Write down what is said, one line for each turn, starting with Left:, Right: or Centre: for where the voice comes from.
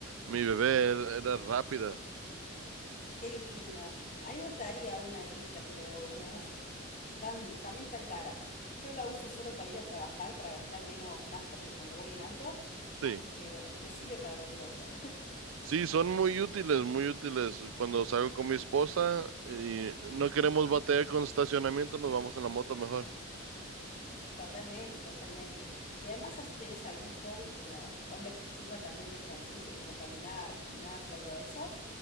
Right: mi bebé, era, era rápida.
Left: qué lindo. A mí me gustaría una de pista, pero bueno, no sé. Tan, también tan caras. Yo la uso solo para ir a trabajar, para gastar menos nafta que cuando voy en auto.
Right: Sí,
Left: Así que bueno, me sirve para lo que la uso.
Right: sí, son muy útiles, muy útiles. Cuando salgo con mi esposa y no queremos batear con estacionamiento, nos vamos en la moto mejor.
Left: <laughs> Totalmente, totalmente. Y además así tenés algún hobby como onda que sirva también de ejercicio, como caminar, gimnasio, algo de eso.